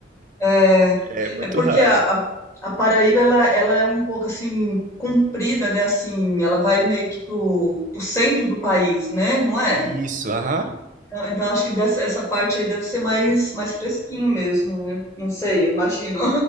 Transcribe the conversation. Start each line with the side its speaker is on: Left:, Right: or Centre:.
Left: É,
Right: é muito
Left: é porque
Right: raro.
Left: a, a, a Paraíba ela, ela é um pouco assim comprida, né? Assim, ela vai meio que pro, pro centro do país, né? Não é?
Right: Isso, aham.
Left: Então, então acho que dessa, essa parte aí deve ser mais mais fresquinho mesmo, né? Não sei, eu imagino.